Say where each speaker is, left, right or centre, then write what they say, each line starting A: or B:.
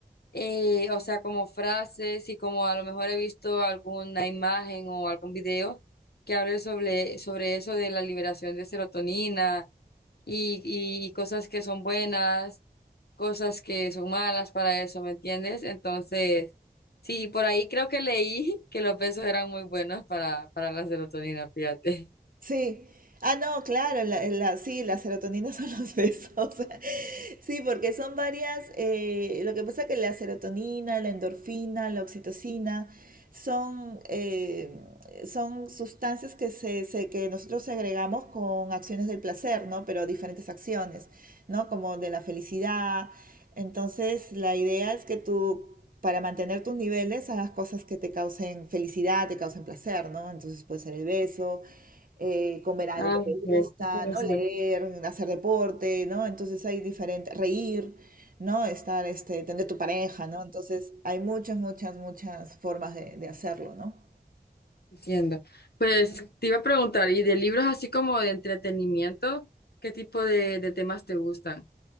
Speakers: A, on the left; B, on the right.
A: eh, o sea, como frases y como a lo mejor he visto alguna imagen o algún video que hable sobre, sobre eso de la liberación de serotonina y, y, y cosas que son buenas, cosas que son malas para eso, ¿me entiendes? Entonces, sí, por ahí creo que leí que los besos eran muy buenos para, para la serotonina, fíjate.
B: Sí. Ah, no, claro, la, eh, la- sí, la serotonina son los <laughs> besos. Sí, porque son varias, eh, lo que pasa es que la serotonina, la endorfina, la oxitocina, son, eh, son sustancias que, se, se- que nosotros agregamos con acciones del placer, ¿no? Pero diferentes acciones, ¿no? Como de la felicidad, entonces, la idea es que tú, para mantener tus niveles, hagas cosas que te causen felicidad, te causen placer, ¿no? Entonces puede ser el beso, eh, comer algo
A: Ah,
B: que te
A: ok,
B: gusta,
A: interesante.
B: ¿no? Leer, hacer deporte, ¿no? Entonces hay diferentes, reír, ¿no? Estar, este, tener tu pareja, ¿no? Entonces hay muchas, muchas, muchas formas de, de hacerlo, ¿no?
A: Entiendo. Pues te iba a preguntar, ¿y de libros así como de entretenimiento, qué tipo de, de temas te gustan?